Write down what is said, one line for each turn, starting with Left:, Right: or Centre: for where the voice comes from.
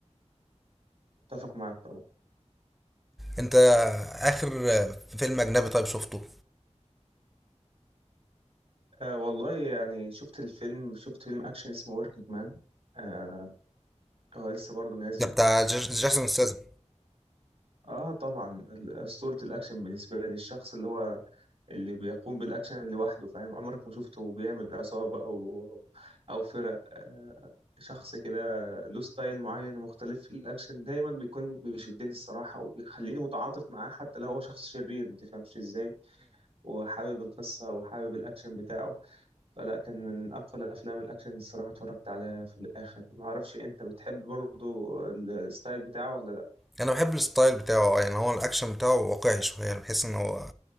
Right: متفق معاك طبعا
Centre: انت اخر فيلم اجنبي طيب شفته
Right: آه والله يعني شفت الفيلم شفت فيلم أكشن اسمه وركينج مان آه هو لسه برضه نازل
Centre: ده بتاع جاس- جاسون ستاثام
Right: آه طبعا ال- أسطورة الأكشن بالنسبة لي الشخص اللي هو اللي بيقوم بالأكشن لوحده فاهم عمرك ما شفته بيعمل عصابة أو أو فرق آه، شخص كده له ستايل معين ومختلف في الأكشن دايما بيكون بيشدني الصراحة وبيخليني متعاطف معاه حتى لو هو شخص شرير ما تفهمش إزاي وحابب القصة وحابب الأكشن بتاعه فلا كان من أقوى الأفلام الأكشن الصراحة اتفرجت عليها في الآخر معرفش أنت بتحب برضو الستايل بتاعه ولا لأ
Centre: انا بحب الستايل بتاعه اه يعني هو الاكشن بتاعه واقعي شويه يعني بحس ان هو